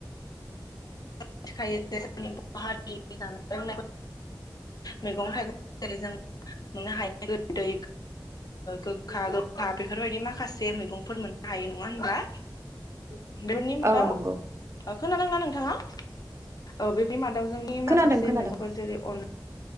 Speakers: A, on the left; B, on the right.
A: मिथिखायो जोंनि बर हारि जानाय लोंनाय मैगं थाइगं जेरै जों मोननो हायो गोदै गोखा गोखा बेफोरबायदि माखासे मैगंफोर मोननो हायो नङा हब्ला? <unintelligible>
B: औ नंगौ
A: खोनादोंना नोंथाङा? औ बे बिमान दाउजोंनि
B: खोनादों
A: माखासे
B: खोनादों
A: मैगंफोर जेरै अन